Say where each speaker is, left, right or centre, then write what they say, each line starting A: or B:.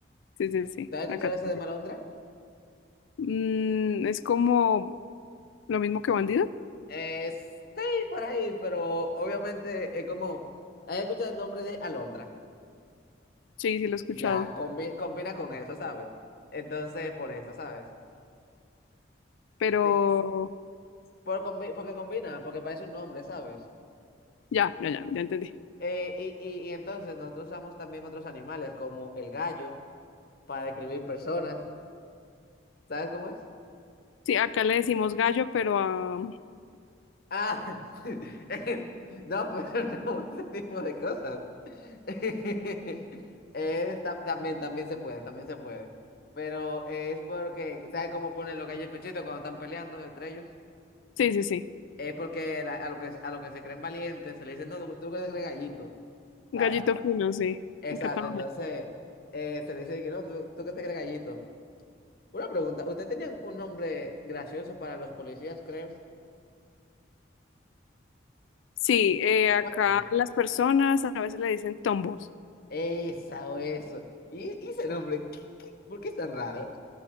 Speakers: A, on the left; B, on the left.
A: sí, sí, sí,
B: ¿Te has escuchado
A: acá
B: ese
A: también.
B: de malondra?
A: Mm, es como lo mismo que bandido.
B: Eh, sí, por ahí, pero obviamente es como, he escuchado el nombre de Alondra,
A: Sí, sí, lo he escuchado,
B: ya combi- combina con eso, ¿sabes? Entonces, por eso, ¿sabes?
A: pero
B: Sí. Por combi- porque combina, porque parece un nombre, ¿sabes?
A: ya, ya, ya, ya entendí.
B: Eh, y, y, y entonces nosotros usamos también otros animales, como el gallo, para describir personas, ¿sabes cómo es?
A: Sí, acá le decimos gallo, pero a...
B: Ah, <laughs> no, pero no, <laughs> ese tipo de cosas. <laughs> Eh, ta- también, también se puede, también se puede. Pero eh, es porque, ¿sabes cómo ponen los gallos el pechito cuando están peleando entre ellos?
A: Sí, sí, sí,
B: Es porque la- a, lo que, a lo que se creen valientes se le dicen, no, tú, tú que te crees gallito,
A: gallito
B: ¿sabes?
A: fino, sí,
B: Exacto,
A: acá también.
B: entonces eh, se le dice, que no, tú, tú que te crees gallito. Una pregunta, ¿usted tenía un nombre gracioso para los policías, creo?
A: Sí, eh, acá
B: ¿Cuál era?
A: las personas a veces le dicen tombos.
B: Esa o eso. ¿Y, y ese nombre? ¿Qué- qué- ¿Por qué es tan raro?